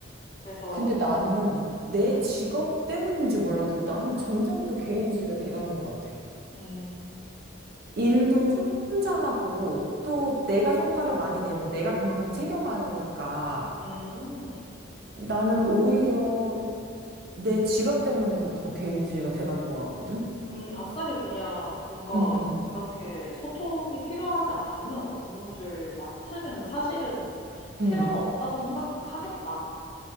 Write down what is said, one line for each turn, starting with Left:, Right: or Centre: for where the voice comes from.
Left: 그래서,
Right: 근데 나는 내
Left: 음,
Right: 직업 때문인지 몰라도 나는 점점 더 개인주의가 돼가는 것 같아.
Left: 음,
Right: 일도 혼- 혼자 하고 또 내가 성과를 많이 내면 내가 그만큼 챙겨가니까
Left: 음.
Right: 나는 오히려 내 직업 때문에도 더 개인주의가 돼가는 것 같거든.
Left: 음, 아싸리 그냥 뭔가
Right: 응, 응,
Left: 그렇게 소통이 필요하지 않은 업무를 맡으면 사실은 필요가
Right: 응.
Left: 없다고 생각하겠다.